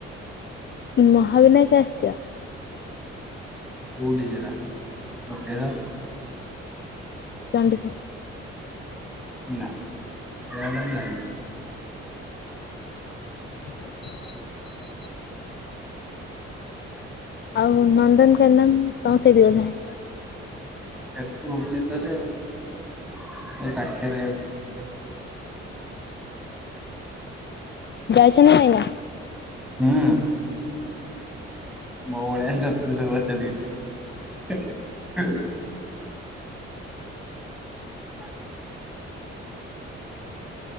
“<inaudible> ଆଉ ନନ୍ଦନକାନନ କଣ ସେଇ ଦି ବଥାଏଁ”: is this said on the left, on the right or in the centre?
Left